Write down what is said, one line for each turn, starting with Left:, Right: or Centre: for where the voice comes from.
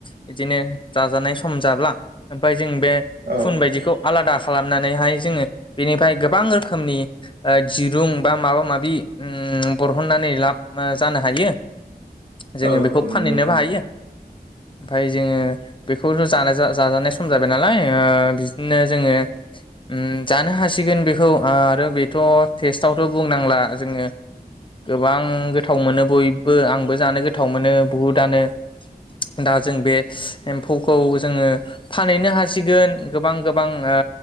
Left: बिदिनो जाजानाय सम जाब्ला ओमफ्राय। जों बे
Right: औ
Left: फुन बायदिखौ आलादा खालामनानैहाय जोङो बेनिफ्राय गोबां रोखोमनि ओ दिरुं बा माबा माबि उम बरहननानै लाब जानो हायो, जोङो
Right: औ
Left: बेखौ
Right: नंगौ
Left: फानहैनोबो
Right: नोंथां
Left: हायो । ओमफाय जोङो बेखौथ' जानाय जाजानाय सम जाबाय नालाय। बिदिनो जोङो उम जानो हासिगोन बेखौ आरो बेथ' टेस्टआवथ' बुंनांला जोङो। गोबां गोथाव मोनो बयबो आंबो जानो गोथाव मोनो। बुहुदआनो दा जों बे एमफौखौ जोङो फानहैनो हासिगोन गोबां गोबां ओ